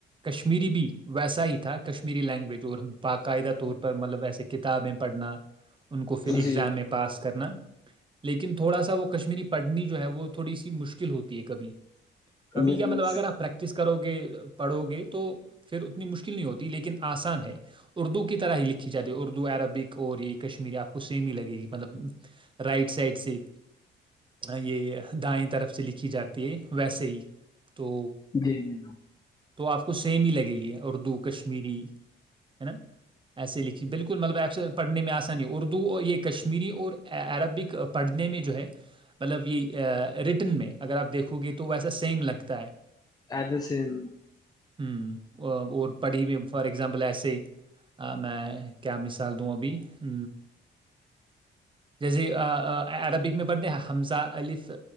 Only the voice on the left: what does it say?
جی
بالکل
جی جی جی
ایٹ د سم